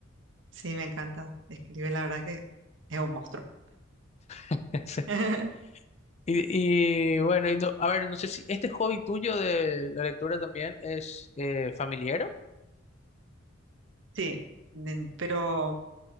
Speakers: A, on the right (about 60°); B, on the left (about 30°).
A: Sí, me encanta. Escribe, la verdad que es un monstruo.
B: <laughs>
A: <laughs>
B: Y, y bueno, y no- a ver, no sé si este hobby tuyo de la lectura también es eh, familiero.
A: Sí, nen- pero,